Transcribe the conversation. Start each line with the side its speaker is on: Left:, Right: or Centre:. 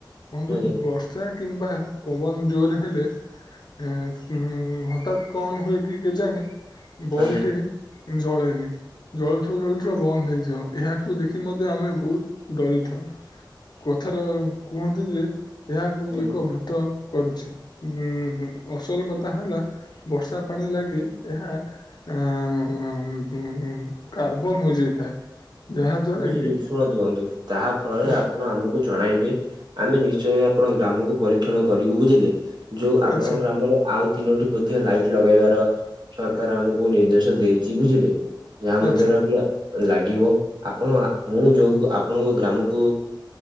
Left: ବନ୍ଧୁ,
Right: ଆଜ୍ଞା
Left: ବର୍ଷା କିମ୍ବା ପବନ ଜୋର ହେଲେ ଏଁ-ଉଁ ହଠାତ୍ କଣ ହୁଏ କି କେଜାଣି, ବଲଟି
Right: ଆଜ୍ଞା
Left: ଜଳେନି। ଜଳୁଥିବ ଜଳୁଥିବ ବନ୍ଦ ହେଇଯିବ, ଏହାକୁ ଦେଖି ମଧ୍ୟ ଆମେ ବହୁତ ଡରିଥାଉ। କଥାରେ କୁହନ୍ତି ଯେ ଏହାକୁ
Right: ଆଜ୍ଞା।
Left: ଏକ ଭୂତ କରୁଛି। ଉମ୍ ହୁଁ ଅସଲ କଥା ହେଲା ବର୍ଷା ପାଣି ଲାଗି ଏହା ଉମ୍ କାର୍ବନ ହୋଇଯାଇଥାଏ। <unintelligible> ଦ୍ଵାରା
Right: ବୁଝିଲି।
Left: କି
Right: ଶୁଣନ୍ତୁ ବନ୍ଧୁ, ତାହାଫଳରେ
Left: କୁହନ୍ତୁ
Right: ଆପଣ ଆମକୁ ଜଣାଇବେ ଆମେ ନିଶ୍ଚ ଶ୍ଚୟ ଆପଣଙ୍କ ଗ୍ରାମକୁ ପରୀକ୍ଷଣ କରିବୁ, ବୁଝିଲେ। ଯୋଉ ଆପଣଙ୍କ
Left: ଆଚ୍ଛା
Right: ଗ୍ରାମରେ ଆଉ ତିନୋଟି ମଧ୍ୟ ଲାଇଟ ଲଗେଇବାର ର, ସରକାର ଆମକୁ ନିର୍ଦ୍ଦେଶ ଦେଇଚି ବୁଝିଲେ। ଯାହା
Left: ଆଚ୍ଛା
Right: ମଧ୍ୟର କି ଲାଗିବ ଆପଣ ମୁଁ ଯୋଉ ଆପଣଙ୍କ ଗ୍ରାମକୁ